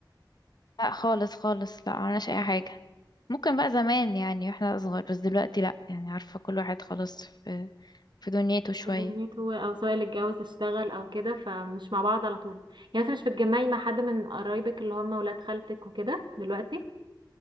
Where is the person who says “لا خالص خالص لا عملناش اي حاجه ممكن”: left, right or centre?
Left